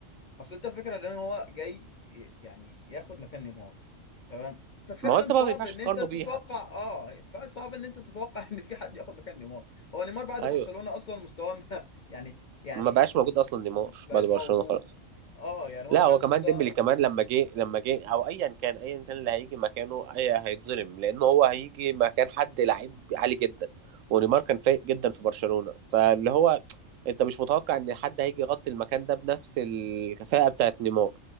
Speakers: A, on the left; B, on the right.
A: اصل انت الفكره ان هو جاي ي- يعني ياخد مكان نيمار تمام ففعلا
B: ما هو انت
A: صعب
B: بقى ما ينفعش
A: ان
B: تقارنه
A: انت تتوقع
B: بيها
A: اه فصعب ان انت تتوقع <laughs> ان في حد ياخد مكان نيمار هو نيمار بعد
B: ايوه
A: برشلونه اصلا مستواه ما- <laughs> يعني يعني
B: ما بقاش موجود
A: م-
B: اصلا نيمار
A: م- مبقاش
B: بعد برشلونه
A: موجود
B: خلاص
A: اه يعني هو
B: لا
A: كان
B: هو كمان
A: مستوى
B: ديمبلي كمان لما جه لما جه او ايا كان ايا كان اللي هيجي مكانه اي هيتظلم لان هو هيجي مكان حد لعيب عالي جدا ونيمار كان فايق جدا في برشلونة فاللي هو انت مش متوقع ان حد هيجي يغطي المكان ده بنفس الكفاءة بتاعت نيمار